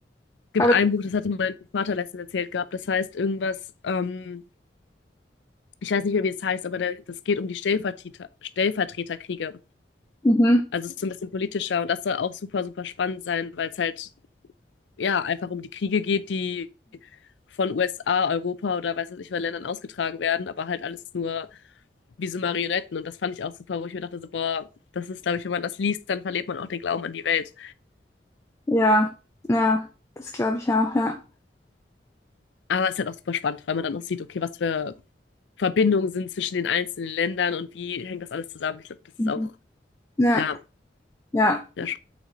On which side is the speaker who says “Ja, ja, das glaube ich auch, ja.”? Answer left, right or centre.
Left